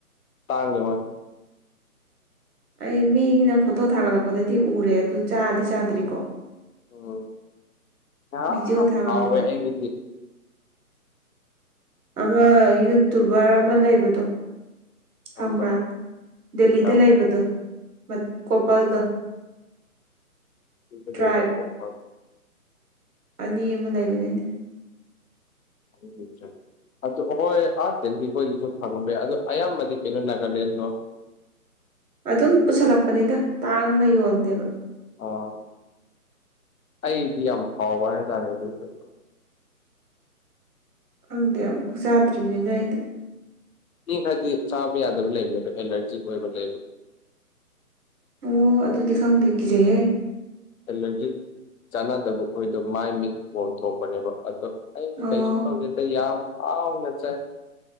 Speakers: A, on the left (about 65°); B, on the right (about 75°).
A: ꯇꯥꯡꯉꯤ ꯍꯣꯏ
B: ꯑꯩ ꯃꯤꯅ ꯐꯣꯇꯣ ꯊꯥꯒꯠꯂꯛꯄꯗꯗꯤ ꯎꯔꯦ ꯑꯗꯨ ꯆꯥꯗꯤ ꯆꯥꯗ꯭ꯔꯤꯀꯣ
A: ꯎꯝ ꯌꯥꯝ
B: ꯚꯤꯗꯤꯑꯣ ꯊꯥꯒꯠꯂꯛꯄ
A: ꯍꯥꯎꯋꯦ ꯑꯩꯒꯤꯗꯤ
B: ꯑꯃ ꯌꯨꯇꯨꯕꯔ ꯑꯃ ꯂꯩꯕꯗꯣ
A: ꯊꯝꯕ
B: ꯈꯪꯕ꯭ꯔꯥ ꯗꯦꯜꯂꯤꯗ
A: ꯌꯥꯝ
B: ꯂꯩꯕꯗꯣ ꯃꯠ ꯀꯣꯄꯜꯗꯣ
A: ꯂꯤꯗ
B: ꯇ꯭ꯔꯥꯏꯞ
A: ꯂꯩꯕ ꯀꯣꯄꯜ
B: ꯑꯅꯤ ꯑꯃ ꯂꯩꯕꯅꯤꯅꯦ
A: ꯑꯅꯤ ꯂꯩꯇ꯭ꯔꯦ ꯑꯗꯨ ꯍꯣꯏ ꯑꯥ ꯗꯦꯜꯂꯤ ꯈꯣꯏꯗꯖꯨ ꯐꯪꯉꯝꯕ ꯌꯥꯢ ꯑꯗꯣ ꯑꯌꯥꯝꯕꯗꯤ ꯀꯩꯅꯣ ꯅꯥꯒꯥꯂꯦꯟꯗꯣ
B: ꯑꯗꯨꯝ ꯄꯨꯁꯜꯂꯛꯄꯅꯤꯗ ꯇꯥꯡꯅ ꯌꯣꯟꯗꯦꯕ
A: ꯑꯣ ꯑꯩꯗꯤ ꯌꯥꯝ ꯍꯥꯎꯕ ꯍꯥꯏꯇꯥꯔꯦ ꯑꯗꯨ ꯄꯣꯠꯇꯣ
B: ꯈꯪꯗꯦ ꯑꯃꯨꯛꯐꯥꯎ ꯆꯥꯗ꯭ꯔꯤꯝꯅꯤꯅ ꯑꯩꯗꯤ
A: ꯃꯤ ꯈꯔꯗꯤ ꯆꯥꯕ ꯌꯥꯗꯕ ꯂꯩꯕꯅꯦ ꯑꯦꯂꯔꯖꯤꯛ ꯑꯣꯏꯕ ꯂꯩꯕ
B: ꯑꯣ ꯑꯗꯨꯗꯤ ꯈꯪꯗꯦ ꯀꯤꯖꯩꯍꯦ
A: ꯑꯦꯂꯔꯖꯤꯛ ꯆꯥꯟꯅꯗꯕ ꯈꯣꯏꯗꯣ ꯃꯥꯏ ꯃꯤꯠ ꯄꯣꯝꯊꯣꯛꯄꯅꯦꯕ ꯑꯗꯣ ꯑꯩꯗꯤ
B: ꯑꯣ
A: ꯀꯩꯁꯨꯛ ꯇꯧꯗꯦꯗ ꯌꯥꯝ ꯍꯥꯎꯅ ꯆꯥꯏ